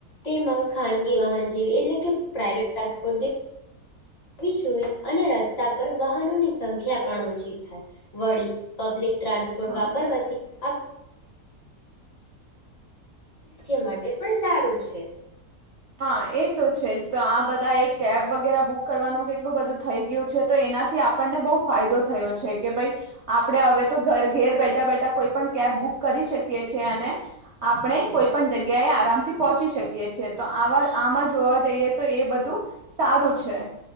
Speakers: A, on the left (about 45°); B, on the right (about 60°).
A: તેમાં ખાનગી વાહન જેવી એટલે કે પ્રાઇવેટ ટ્રાન્સપોર્ટ જેવી એવી સુવિધા અને રસ્તા પર વાહનોની સંખ્યા પણ ઓછી થાય, વળી પબ્લિક ટ્રાન્સપોર્ટ વાપરવાથી,
B: હ
A: આપ તે માટે પણ સારું છે.
B: હા એ તો છે જ તો આ બધા એક કેબ વગેરે બુક કરવાનું કેટલું બધું થઈ ગયું છે તો એનાથી આપણને બહુ ફાયદો થયો છે કે ભાઈ, આપણે હવે તો ઘર ઘેર બેઠા બેઠા કોઈ પણ કેબ બુક કરી શકીએ છેએ અને, આપણે કોઈ પણ જગ્યાએ આરામથી પહોંચી શકીએ છેએ. તો આવા આમાં જોવા જઈએ તો એ બધું સારું છે.